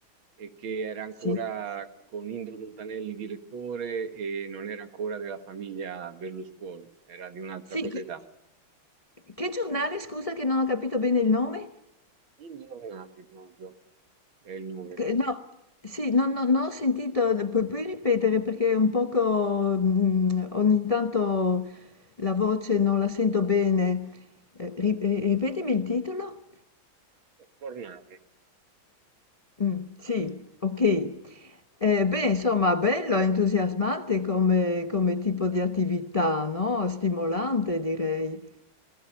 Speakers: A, on the right; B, on the left.
A: e che era ancora
B: sì.
A: con Indro Montanelli direttore e non era ancora della famiglia Berlusconi, era di un'altra
B: Sì,
A: proprietà.
B: che che giornale scusa che non ho capito bene il nome?
A: Il giornale proprio è il nome,
B: Che no, sì, non non- non ho sentito, pu- puoi ripetere perché un poco mm, ogni tanto la voce non la sento bene. Eh, ri- ri- ripetimi il titolo?
A: Eh, giornale.
B: Mm, sì, ok. Eh, beh, insomma, bello, entusiasmante come, come tipo di attività, no? Stimolante, direi.